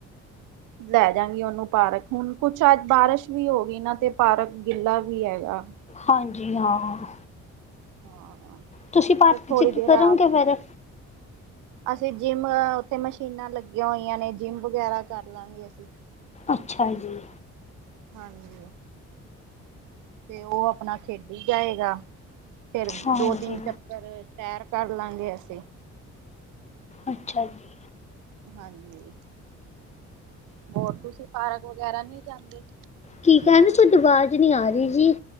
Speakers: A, on the right; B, on the left.
A: ਲੈ ਜਾਗੀ ਉਹਨੂੰ ਪਾਰਕ। ਹੁਣ ਕੁਛ ਅੱਜ ਬਾਰਿਸ਼ ਵੀ ਹੋ ਗਈ ਨਾ ਤੇ ਪਾਰਕ ਗਿੱਲਾ ਵੀ ਹੈਗਾ।
B: ਹਾਂਜੀ। ਹਾਂ।
A: ਹਾਂ
B: ਤੁਸੀਂ ਪਾਰਟੀ
A: ਫਿਰ ਥੋੜ੍ਹੀ
B: ਚ' ਕੀ
A: ਦੇਰ
B: ਕਰੋਗੇ
A: ਆ
B: ਫੇਰ।
A: ਅਸੀਂ ਜਿੰਮ ਉੱਥੇ ਮਸ਼ੀਨਾਂ ਲੱਗੀਆਂ ਹੋਈਆਂ ਨੇ ਜਿੰਮ ਵਗੈਰਾ ਕਰ ਲਾ ਗੇ ਅਸੀਂ।
B: ਅੱਛਾ ਜੀ।
A: ਹਾਂਜੀ। ਤੇ ਉਹ ਆਪਣਾ ਖੇਡੀ ਜਾਏਗਾ। ਫੇਰ
B: ਹਾਂਜੀ
A: ਦੋ, ਤਿੰਨ ਚੱਕਰ ਸੈਰ ਕਰ ਲਾ ਗੇ ਅਸੀਂ।
B: ਅੱਛਾ ਜੀ।
A: ਹਾਂਜੀ। ਹੋਰ ਤੁਸੀਂ ਪਾਰਕ ਵਗੈਰਾ ਨਹੀਂ ਜਾਂਦੇ?
B: ਠੀਕ ਹੈ ਐਵੇ ਤੁਹਾਡੀ ਆਵਾਜ਼ ਨਹੀਂ ਆ ਰਹੀ ਜੀ।